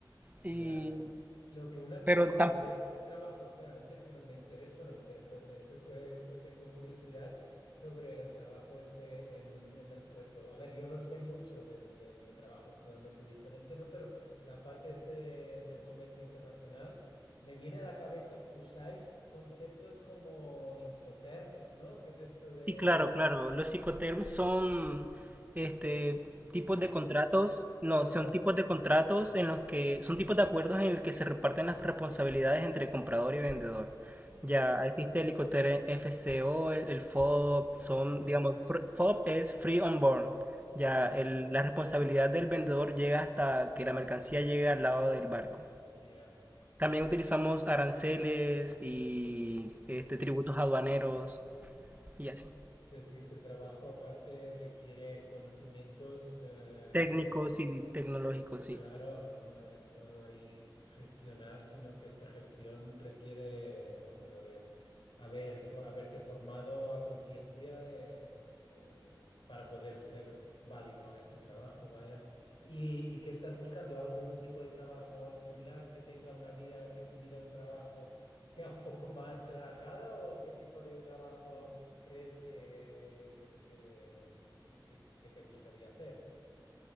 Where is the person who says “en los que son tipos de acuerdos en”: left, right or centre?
Right